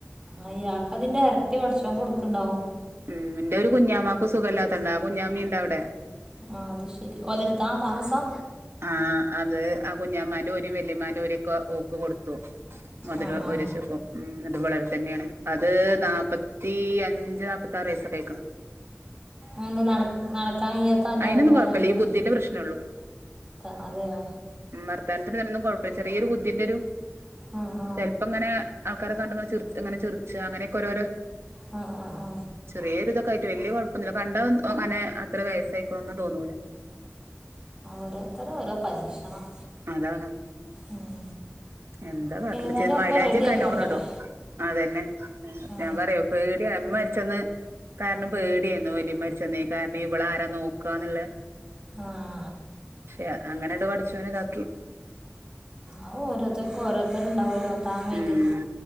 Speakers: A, on the right; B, on the right.
A: അയാക്ക് അതിന്റെ ഇരട്ടി പടച്ചേ കൊടുക്കിണ്ടാവും
B: ഉം എന്റെ ഒരു കുഞ്ഞാമ്മക്ക് സുഖല്ലാത്തണ്ട് ആ കുഞ്ഞാമി ഇണ്ട് അവിടെ
A: ആഹ് അത് ശെരി ഓലെടുത്താ താമസം
B: ആഹ് അത് ആ കുഞ്ഞാന്മന്റോര് വെല്ലിമ്മന്റോരെക്കെ ഓക്ക് കൊടുത്തു മുതല്
A: ആ ആ
B: ഒരുശപ്പം ഉം എന്നിട്ട് വളർതന്നെയാണ് അത് നാല്പ്പത്തി അഞ്ച് നാ- പത്താറ് വയസ്സക്കെ ആയിക്കണ്
A: ആന്ത്‌ നട നടക്കാൻ കഴിയാത്ത അല്ലെ
B: അയിനൊന്നും
A: വേറെ-
B: കുഴപ്പല്ല ഈ ബുദ്ധിന്റെ പ്രശ്നള്ളൂ
A: ത്താ അതെയോ
B: ഉം മാർത്താനത്തിന് തെനൊന്നും കുഴപ്പി ചെറിയൊരു ബുദ്ധിന്റെ ഒരു
A: ആ ആ
B: ചെൽപ്പങ്ങന ആൾക്കാരെ കണ്ടെന്ന് ചിറിച്ച് അങ്ങനെ ചിറിച്ചാ അങ്ങനെക്കെ ഓരോരോ
A: അ അ അ
B: ചെറിയെര് ഇതൊക്കെയിട്ട് വേല്യ കുഴപ്പൊന്നില്ല കണ്ടാ ഓന്ന് ഓ അങ്ങനെ അത്ര വയസ്സായിക്കണൊന്നും തോന്നൂല
A: ആഹ് ഓരോത്തര ഓരോ പരീക്ഷണം
B: അതാണ്
A: ഉം
B: എന്താ കാട്ടണ
A: ഏതായാലും
B: ചെ
A: ഒക്കെ
B: മൈലാഞ്ചിക്കെ
A: റെഡിയാക്കി
B: നല്ലോണം
A: കൊടുക്കട്ടെ
B: ഇടും ആഹ് അതന്നെ
A: ആ
B: ഞാൻ പറയാ പേടിയമ്മ മരിച്ചന്ന് കാരണം പേടിയന്നു വേല്ലിമ്മ മരിച്ചെന്നെ കാരണം ഇവള ആരാ നോക്കാന്നുള്ളെ
A: ആഹ്
B: ശെയാ അങ്ങനട് പടച്ചോനിതാക്കി
A: ആഹ് ഓരോത്തക്കും ഓരോത്തരുണ്ടാവുല്ലോ താങ്ങീറ്റ്
B: ഉം